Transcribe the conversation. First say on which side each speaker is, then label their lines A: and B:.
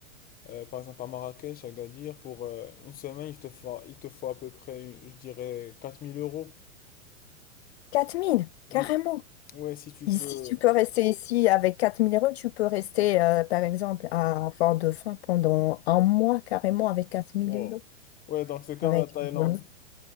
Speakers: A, on the left (about 20°); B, on the left (about 50°).
A: euh, par exemple à Marrakech, à Agadir, pour euh, une semaine, il te faut, il te faut à peu près, je dirais, 4000 euros.
B: 4000, carrément.
A: Oui, ouais, si tu veux...
B: Ici, tu peux rester ici avec 4000 euros, tu peux rester, euh, par exemple, à Fort-Dauphin pendant un mois carrément avec 4000
A: Wow.
B: euros.
A: Ouais, donc c'est comme
B: avec
A: la Thaïlande.
B: mon autre.